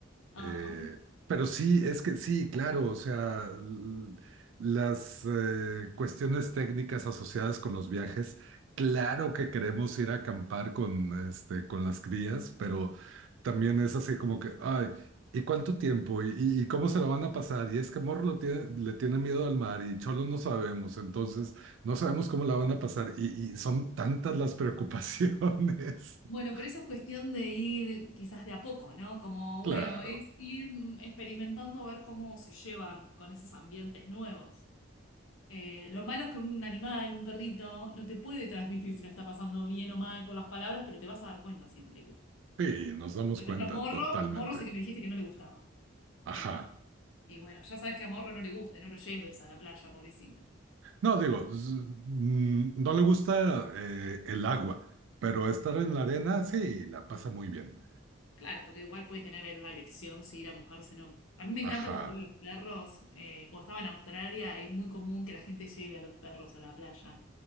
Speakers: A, on the left; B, on the right.
A: Ah.
B: Eh, pero sí, es que sí, claro, o sea, l- las eh, cuestiones técnicas asociadas con los viajes, claro que queremos ir a acampar con, este, con las crías, pero también es así como que, ay, ¿y cuánto tiempo? ¿Y, y- y cómo se lo van a pasar? Y es que Morro lo tiene- le tiene miedo al mar y Cholo no sabemos, entonces no sabemos cómo la van a pasar y, y son tantas las preocupaciones.
A: Bueno,
B: <laughs>
A: pero eso es cuestión de ir quizás de a poco, ¿no? Como, bueno,
B: Claro,
A: es ir mm, experimentando a ver cómo se llevan con esos ambientes nuevos. Eh, lo malo es que un animal, un perrito, no te puede transmitir si la está pasando bien o mal con las palabras, pero te vas a dar cuenta si no le gusta.
B: sí, nos damos
A: Por
B: cuenta
A: ejemplo, Morro,
B: totalmente.
A: Morro sé que me dijiste que no le gustaba
B: Ajá.
A: el mar. Y bueno, ya sabes que a Morro no le gusta, no lo lleves a la playa, pobrecito.
B: No, digo, s- mm, no le gusta eh, el agua, pero estar en la arena, sí, la pasa muy bien.
A: Claro, porque igual puede tener en la elección si ir a mojarse o no. A mí me
B: Ajá.
A: encanta cuando veo los perros. eh, cuando estaba en Australia es muy común que la gente lleve a los perros a la playa.